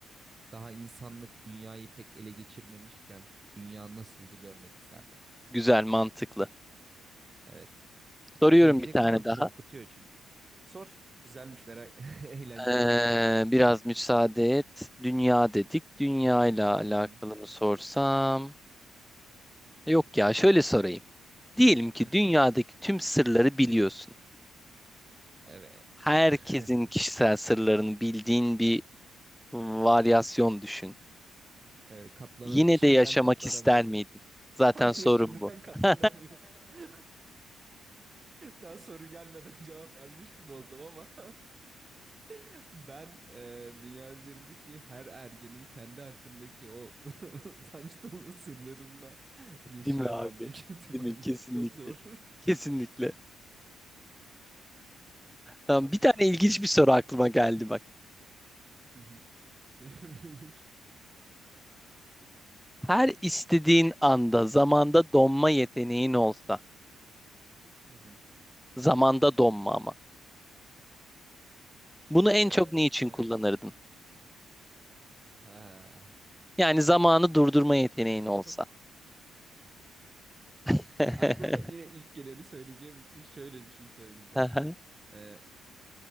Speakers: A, on the right; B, in the centre.
A: Daha insanlık dünyayı pek ele geçirmemişken dünya nasıldı görmek isterdim.
B: Güzel, mantıklı.
A: Evet.
B: Soruyorum
A: Gelecek
B: bir tane
A: falan
B: daha.
A: korkutuyor çünkü. Sor. Güzelmiş merak. <laughs> Eğlenceli.
B: Ee, biraz müsaade et. Dünya dedik. Dünya ile alakalı
A: Hı hı.
B: mı sorsam? Yok ya, şöyle sorayım. Diyelim ki
A: Hı.
B: dünyadaki tüm sırları biliyorsun.
A: Evet.
B: Herkesin
A: <laughs>
B: kişisel sırlarını bildiğin bir varyasyon düşün.
A: Ee, katlanam
B: Yine
A: şimdiden
B: de yaşamak
A: katlanamıyorum.
B: ister miydin? Zaten
A: Hayır
B: sorun
A: şimdiden
B: bu.
A: katlanamıyorum.
B: <laughs>
A: <laughs> Daha soru gelmeden cevap vermiş gibi oldum ama <laughs> ben e, dünya üzerindeki her ergenin kendi hakkındaki o <laughs> utanç dolu sırlarında yaşayamam
B: Değil mi abi?
A: büyük ihtimalle.
B: Değil mi? Kesinlikle.
A: Çok zor. <laughs>
B: Kesinlikle. Tamam,
A: Ha.
B: bir tane ilginç bir soru aklıma geldi bak.
A: Hı hı. <laughs> Buyur.
B: Her istediğin anda zamanda donma yeteneğin olsa,
A: Hı hı.
B: zamanda donma ama. Bunu en
A: Ee,
B: çok niçin
A: tamam.
B: kullanırdın?
A: Ha.
B: Yani zamanı durdurma yeteneğin
A: <laughs>
B: olsa. <laughs>
A: Aklıma yine ilk geleni söyleyeceğim için şöyle bir şey söyleyeceğim.
B: Aha,
A: Ee,